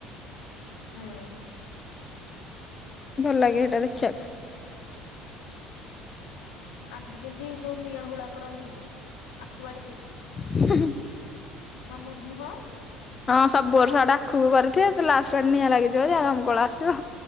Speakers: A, on the left; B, on the left.
A: ହୁଁ।
B: ଭଲଲାଗେ ହେଟା ଦେଖିବାକୁ।
A: ଆଗୁରୁ କେମତି ଯୋଉ ନିଆଁ ହୁଳା କରନ୍ତି ଆଖୁ ବାଡିରେ।
B: ହୁଁ ହୁଁ।
A: ମାମୁହଟି ନୁହଁ?
B: ହଁ ସବୁ ବର୍ଷ ଏଟା ଆଖୁକୁ କରିଥିବେ ଲାଷ୍ଟରେ ନିଆଁ ଲାଗିଯିବ ଯେ ଦମକଳ ଆସିବ।